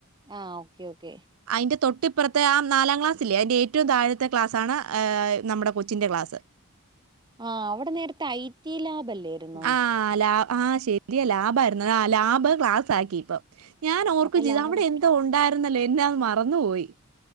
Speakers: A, on the right; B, on the right.
A: ആഹ് ഓക്കെ ഓക്കെ
B: ന്റെ തൊട്ട് ഇപ്പറത്തെ ആ നാലാം ക്ലാസ് ഇല്ലേ അതിന്റെ ഏറ്റ്വം താഴത്തെ ക്ലാസാണ് നമ്മടെ കൊച്ചിന്റെ ക്ലാസ്
A: ആഹ് അവിടെ നേര്ത്തെ ഐടി ലാബ് അല്ലായിരുന്നോ
B: ആ ലാ ആഹ് ശെരിയ ലാബ് ആയിരുന്നു ആ ലാബ് ക്ലാസ് ആക്കി ഇപ്പൊ ഞാൻ ഓർക്കും
A: അപ്പൊ
B: ചെയ്തു
A: ലാബ്
B: അവിടെ എന്തോ ഉണ്ടായി ഇന്നല്ലേ പിന്നെ അത് മറന്നു പോയി